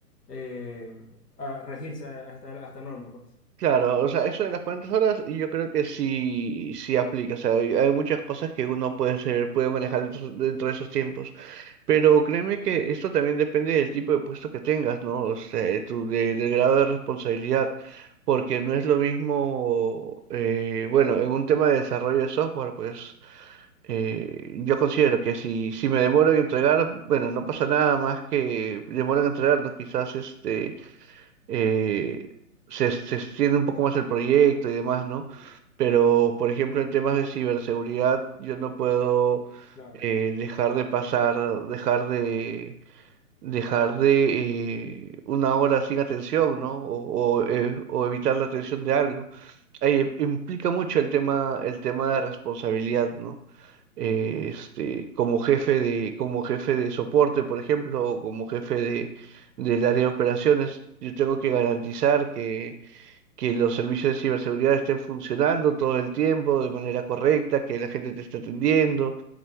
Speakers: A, on the left; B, on the right.
A: eh, a- regirse a, a esta, a esta norma, pues.
B: Claro, o sea, eso de las 40 horas y yo creo que sí, sí aplica, o sea, hay hay muchas cosas que uno puede hacer, puede manejar dentro, dentro de esos tiempos. Pero créeme que esto también depende del tipo de puesto que tengas, ¿no? O sea, de tu,
A: Sí.
B: de- del grado de responsabilidad, porque no es lo mismo, eh, bueno, en un tema de desarrollo de software, pues eh, yo considero que si, si me demoro en entregar, bueno, no pasa nada más que demoro en entregarnos, quizás este eh, se, se extiende un poco más el proyecto y demás, ¿no?
A: Ujú,
B: Pero, por ejemplo, en temas de ciberseguridad, yo no puedo
A: Claro.
B: eh, dejar de pasar, dejar de, dejar de eh, una hora sin atención, ¿no? O, o, eh, o evitar la atención de algo. Ahí implica mucho el tema, el tema de responsabilidad, ¿no? eh, este, como jefe de, como jefe de soporte, por ejemplo, o como jefe de, del área de operaciones, yo tengo que garantizar que, que los servicios de ciberseguridad estén funcionando todo el tiempo de manera correcta, que la gente te esté atendiendo,